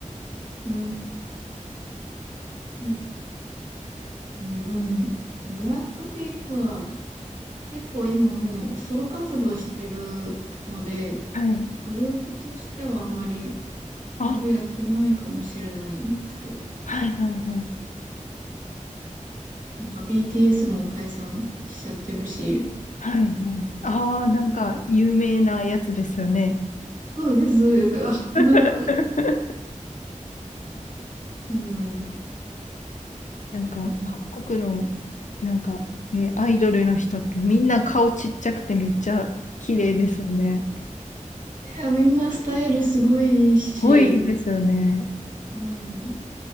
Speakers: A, on the right (about 80°); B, on the left (about 70°).
A: うん、うん、うん、でも、ブラックピンクは結構今もうソロ活動してるので、
B: はい。
A: グループとしてはあんまりライブやってないかもしれないんですけど、
B: あ、はいはいはい。
A: なんか BTS も解散しちゃってるし、
B: はいはい。ああ、なんか有名なやつですよね。
A: そうです、そうです。<laughs>
B: <laughs>
A: うん、
B: なんか韓国の、
A: うん
B: なんかね、アイドルの人ってみんな顔ちっちゃくてめっちゃ綺麗ですよね。
A: いや、みんなスタイルすごいいいし、
B: すごいですよね。
A: うん。